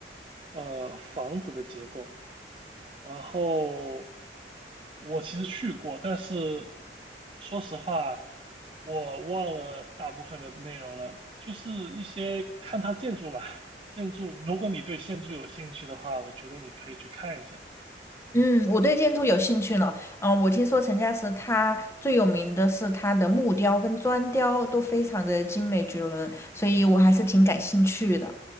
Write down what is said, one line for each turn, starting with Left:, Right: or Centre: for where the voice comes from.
Right: 呃，房子的结构。然后我其实去过，但是说实话，我忘了大部分的内容了，就是一些看它建筑吧。建筑，如果你对建筑有兴趣的话，我觉得你可以去看一下。
Left: 嗯，我对建筑有兴趣呢。嗯、我听说陈家祠它最有名的是它的木雕跟砖雕都非常的精美绝伦，所以我还是挺感兴趣的。